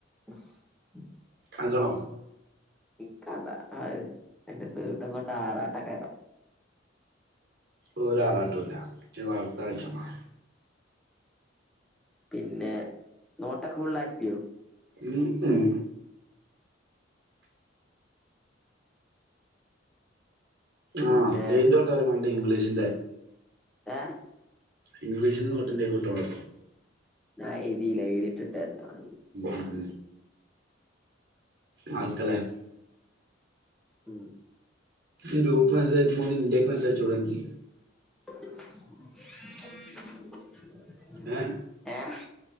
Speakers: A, in the centre; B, on the right (about 55°).
A: ഹ്ഷ്..
B: കേൾക്കണോ
A: എനിക്ക് വേണ്ട അയിന്റെ തീട്ടം കൊണ്ട് ആറാട്ടകാരം
B: ഓരാറാട്ടും ഇല്ല ജ് വളർത്താൻ നിച്ചമാ
A: പിന്നെ നോട്ടൊക്കെ ഫുള്ളാക്കിയോ
B: ഉം ഉം
A: പിന്നെ
B: ആഹ് ഏതിന്റെ നോട്ടാ അനക്ക് വേണ്ടത് ഇംഗ്ലീഷിന്റെ
A: ഏ
B: ഇംഗ്ലീഷിന്റെ നോട്ട് ഉണ്ടെങ്കിൽ വിട്ടോളൂട്ടൊ
A: ഞാൻ എഴുതീല്ല എഴുതിയിട്ട് വിട്ടേക്കാം
B: ഏത് മാർക്കല്ലേ
A: ഉം
B: ഈ ഗ്രൂപ്പ് മെസ്സേജ് അയക്കുമ്പോലെ എന്റേതിലേക്ക് മെസ്സേജ് അയച്ച് കൂടെ നിനക്ക്
A: <inaudible>
B: ഏ
A: ഏഹ്